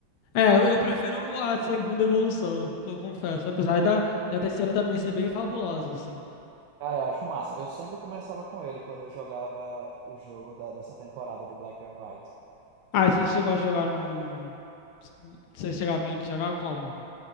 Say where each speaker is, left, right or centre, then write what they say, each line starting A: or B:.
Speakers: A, on the left; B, on the right.
A: É, eu eu prefiro a segunda evolução, co- confesso. Apesar da, da terceira também ser bem fabulosa, assim.
B: Cara, eu acho massa. Eu sempre começava com ele quando eu jogava o jogo da- dessa temporada do Black and White.
A: Ah, você chegou a jogar num. Você chegava a jogar como?